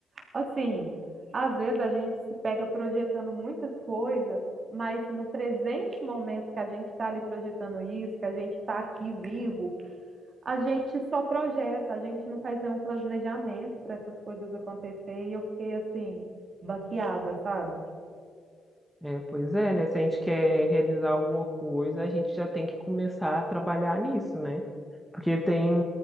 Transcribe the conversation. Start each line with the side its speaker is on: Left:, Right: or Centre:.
Right: assim, às vezes a gente se pega projetando muitas coisas, mas no presente momento que a gente está ali projetando isso, que a gente está aqui vivo, A gente só projeta, a gente não faz nenhum planejamento para essas coisas acontecer e eu fiquei assim, baqueada, sabe?
Centre: É, pois é, né? Se a gente quer realizar alguma coisa, a gente já tem que começar a trabalhar nisso, né? Porque tem,